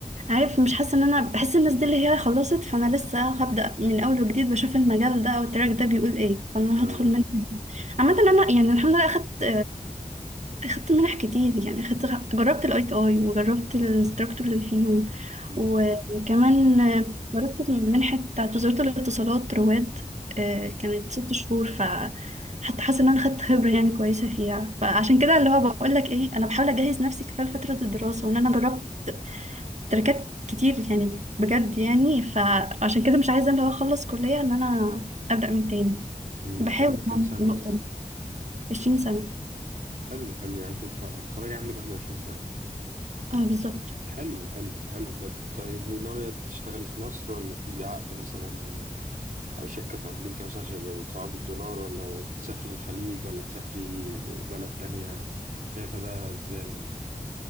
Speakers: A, on the right; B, on the right.
A: عارف مش حاسه ان انا بحس الناس دي اللي هي خلصت فانا لسه هبدا من اول وجديد بشوف المجال ده او التراك ده بيقول ايه فانا
B: اه
A: هدخل منه عامه انا يعني الحمد لله اخدت اخدت منح كتير يعني اخدت جربت الاي تي اي وجربت الانستراكتور اللي فيهم
B: امم
A: وكمان جربت المنحة بتاعت وزارة الاتصالات رواد آه، كانت ست شهور ف حتى حاسة ان انا خدت خبرة يعني كويسة فيها فعشان كده اللي هو بقول لك ايه انا بحاول اجهز نفسي خلال فترة الدراسة وان انا جربت تركات كتير يعني بجد يعني فعشان كده مش عايزة اللي هو اخلص كلية ان انا ابدأ من تاني
B: انت
A: بحاول
B: عندك كام
A: يعني
B: سنة
A: في النقطة
B: اصلا
A: دي 20 سنة
B: حلو حلو يعني انت هتخ- هتتخرجي عندك 21 سنة
A: اه بالظبط
B: حلو حلو حلو بجد طيب ناوية تشتغلي في مصر ولا تجيبي عقد مثلا شركة في أمريكا مثلا عشان يبقى بيدفعوا بالدولار ولا تسافري الخليج ولا تسافري بلد تانية شايفة ده ازاي؟